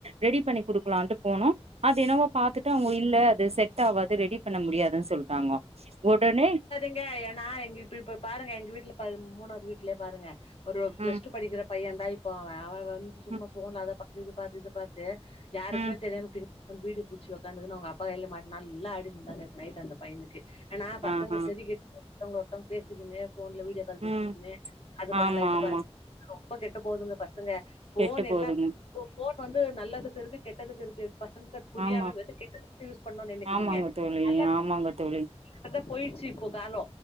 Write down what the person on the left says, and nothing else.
ங்கே ஏனா எங்க இ இப்ப பாருங்க எங்க வீட்டுல மூணது வீட்டலயே பாருங்க ஒரு பிளஸ்
டூ படிக்கிற பைய தா இப்ப அவன் அவன் வந்து சும்மா
போன்ல அத பாத்து இது பாத்து இது பாத்து யாருக்குமே
தெரியாம பின் பீடு பிடிச்சு உக்காதுன்ன அவங்க அப்பா கையல மாட்டுனா நல்லா அடி முந்த நேத்து நைட்டு அந்த பையனுக் ஆனா பசங்க
சேரி கே ஒருத்தவங்க ஒருத்தவங்க பேசிக்கின்னு போன்ல வீடியோ <unintelligible> வச்சுக்குன்னு
அது பண்ணலா
இது
பண்ல ரொம்ப கெட்டு போகுதுங்க பசங்க போன்
என்ன போ போன் வந்து நல்லதுக்கு இருக்கு கெட்டதுக்கு இருக்கு பசங்களுக் புரியாம
வெறு கெட்டதுக்கு மட்டு யூஸ் பண்ணணு நினைக்குதுங்க
நல்ல
அத போயிடுச்சு இப்போ கால